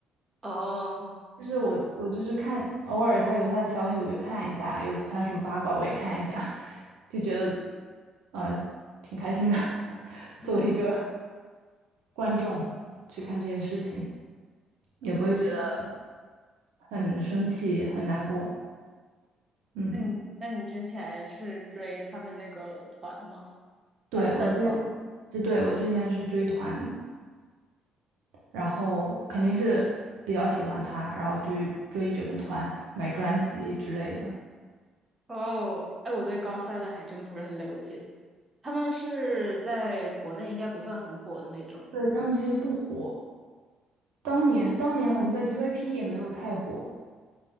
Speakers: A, on the right; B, on the right.
A: 哦，
B: 就是我我就是看偶尔他有他的消息我就看一下，有他什么八卦我也看一下，就觉得呃挺开心的，<laughs>
A: 嗯，
B: 作为一个观众去看这些事情，也不会觉得
A: 哦，
B: 很生气很难过。嗯，
A: 那你那你之前是追他们那个团吗？
B: 对，
A: 团粉吗？
B: 我之前，是对，我之前是追团然后肯定是比较喜欢他，然后就追这个团买专辑之类的。
A: 哦，哎，我对高 seven 还真不是很了解，他们是在国内应该不算很火的那种。
B: 对，他们其实不火，当年当年好像在 JYP 也没有太火，